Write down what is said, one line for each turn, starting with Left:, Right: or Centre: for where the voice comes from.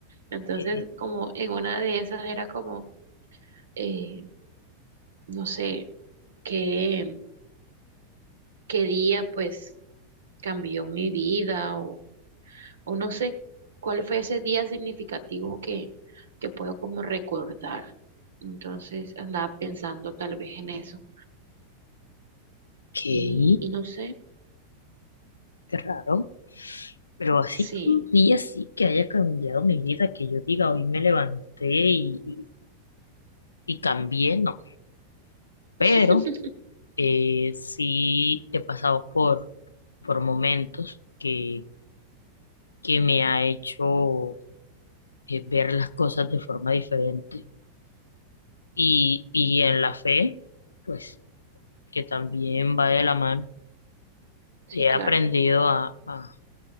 Right: Entonces,
Left: ¿Qué?
Right: como en una de esas era como, eh, no sé, qué, qué día pues cambió mi vida o no sé cuál fue ese día significativo que, que puedo como recordar. Entonces andaba pensando tal vez en eso
Left: ¿Qué?
Right: y, y no sé,
Left: Qué raro. Pero así
Right: sí,
Left: que un día sí que haya cambiado mi vida, que yo diga, hoy me levanté y, y y cambié, no. Pero
Right: <laughs>
Left: eh, sí he pasado por, por momentos que, que me ha hecho eh, ver las cosas de forma diferente. Y, y en la fe, pues, que también va de la mano,
Right: sí,
Left: he
Right: claro,
Left: aprendido a, a